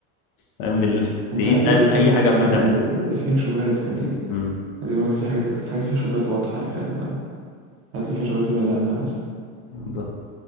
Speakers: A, on the left; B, on the right.
A: فاهم بال <laughs>
B: انت
A: تقيس
B: عادي
A: اي
B: بتبعد
A: أي حاجه
B: عن الحاجات
A: قبل ما تعملها
B: ال- ال- اللي فيها شبهات فاهم يعني
A: امم
B: زي ما بقول لك في حاجات الحاجات اللي فيها شبهات واضحه يعني فاهم بقى الحاجات اللي فيها شبهات تبعد عنها بس
A: بالظبط